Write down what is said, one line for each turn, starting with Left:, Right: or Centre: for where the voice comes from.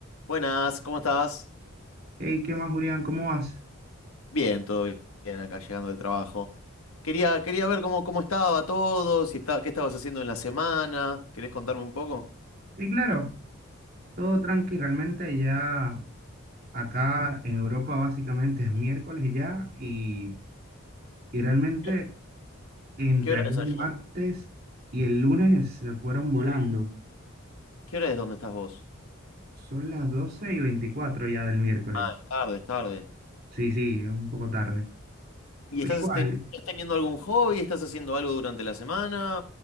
Left: Buenas, ¿cómo estás?
Right: Hey, ¿qué más, Julián? ¿Cómo vas?
Left: Bien, todo bien acá llegando del trabajo. Quería, quería ver cómo, cómo estaba todo, si está, qué estabas haciendo en la semana. ¿Querés contarme un poco?
Right: Y claro, todo tranqui, realmente ya acá en Europa básicamente es miércoles ya y, y realmente
Left: ¿Qué,
Right: entre
Left: qué hora
Right: ayer
Left: es allá?
Right: martes y el lunes se fueron volando.
Left: ¿Qué hora es donde estás vos?
Right: Son las 12 y 24 ya del miércoles.
Left: Ah, es tarde, es tarde.
Right: Sí, sí, es un poco tarde.
Left: ¿Y
Right: Pero
Left: estás,
Right: igual,
Left: ten- estás teniendo algún hobby? ¿Estás haciendo algo durante la semana?